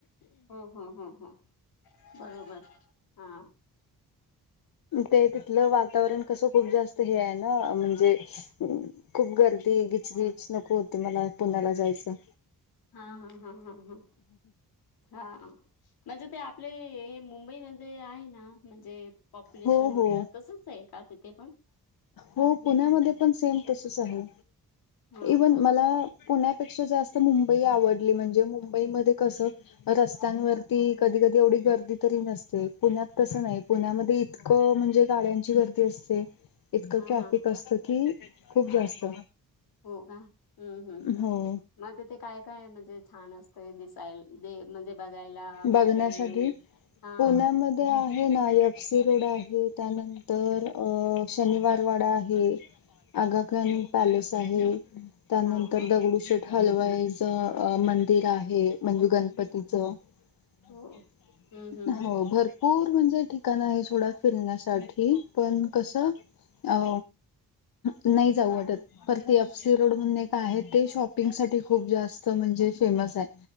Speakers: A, on the left; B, on the left.
A: हो हो हो हो बरोबर हा.
B: ते तिथलं वातावरण कस खूप जास्त हे आहे ना म्हणजे खूप गर्दी गिचगिच नको होती मला पुण्याला जायचं.
A: हा हा हा हा हा. हा म्हणजे ते आपले मुंबई मध्ये आहे ना म्हणजे पॉप्युलेशन
B: हो
A: वगैरे
B: हो
A: तसंच आहे का तिथे पण
B: हो पुण्यामध्ये पण सेम तस आहे.
A: हा
B: इव्हन
A: का?
B: मला पुण्यात पेक्षा जास्त मुंबई आवडली, म्हणजे मुंबईमध्ये कसं रस्त्यांवरती कधी कधी एवढी गर्दी तरी नसते. पुण्यात तसं नाही पुण्यामध्ये इत कं म्हणजे गाड्यांची गर्दी असते, इतकं
A: हा
B: ट्रॅफिक
A: हा.
B: असतं की खूप जास्त.
A: होका, हम्म हम्म हम्म.
B: हो
A: मग तिथे काय काय म्हणजे छान असतंय दिसायल दे म्हणजे बघायला कायतरी
B: बघण्यासाठी
A: हां.
B: पुण्यामध्ये आहे ना एफ सी रोड आहे, त्यानं तर अ शनिवार वाडा आहे. आगाखनी
A: हम्म
B: पॅलेस आहे, त्यानंतर
A: हा हा
B: दगडू शेट हलवाईचं मंदिर आहे, म्हणजे गणपतीचं. <unintelligible>
A: हो हम्म हम्म हम्म
B: हो भर पूर म्हणजे ठिकाण आहे सोडा फिरण्यासाठी, पण कसं अ नाही जाऊ वाटत. पर ते एफसी रोड म्हणून एक आहे, ते शॉपिंगसाठी खूप जास्त म्हणजे फेमस आहे.